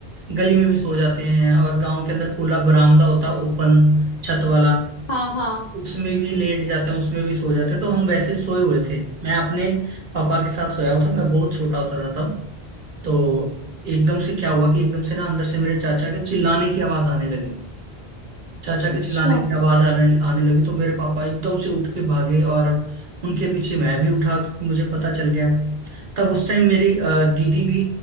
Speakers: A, on the right (about 55°); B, on the left (about 55°).
A: गली में भी सो जाते हैं और गांव के अंदर खुला बरामदा होता है ओपन छत वाला
B: हाँ हाँ
A: उसमें भी लेट जाते हैं उसमें भी सो जाते हैं तो हम वैसे सोए हुए थे मैं अपने पापा के साथ सोया हुआ था मैं बहुत छोटा होता था तब तो एकदम से क्या हुआ कि एकदम से ना अंदर से मेरे चाचा के चिल्लाने की आवाज आने लगी चाचा के
B: अच्छा
A: चिल्लाने की आवाज आने आने लगी तो मेरे पापा एकदम से उठ के भागे और उनके पीछे मैं भी उठा क्योंकि मुझे पता चल गया तब उस टाइम मेरी अ, दीदी भी